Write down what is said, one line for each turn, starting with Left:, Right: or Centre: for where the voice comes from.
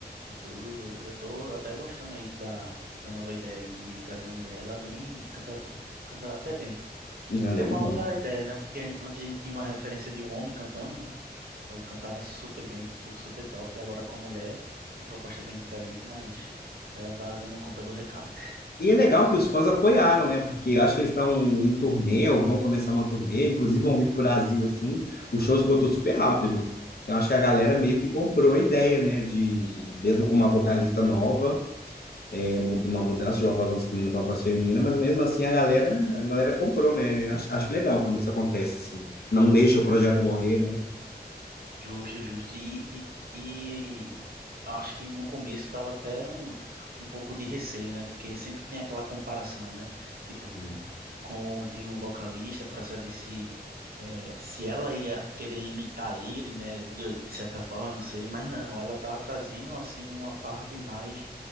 Right: e tudo. Eu eu tô até gostando aí da, da nova ideia aí de trazer uma mulher, ela bem, canta, bem- canta até bem.
Left: não lembro
Right: É uma outra ideia, né? Porque a gen- antes a gente tinha uma referência de um homem cantando, né? Eu cantava super bem, tu- super top, e agora com a mulher, uma proposta bem diferente, mas ela tá dando conta do recado.
Left: E é legal que os fãs apoiaram, né? Porque eu acho que eles estão em turnê, ou vão começar uma turnê, inclusive vão vir para o Brasil, assim. O show esgotou super rápido. Então, acho que a galera meio que comprou a ideia, né? De, de- mesmo com uma vocalista nova, é, mu- de uma mudança de uma voz masculina para uma voz feminina, mas mesmo assim a galera, a galera comprou, né? Eu Acho, acho legal quando isso acontece, assim. Não deixa o projeto morrer, né?
Right: Justo, justo. E, e, e acho que no começo estava até um, um pouco de receio, né? Porque sempre tem aquela comparação, né? Tipo,
Left: Sim.
Right: com o antigo vocalista, para saber se, eh, se ela ia querer imitar ele, né? De, de certa forma, não sei. Mas não, ela tá trazendo, assim, uma parte mais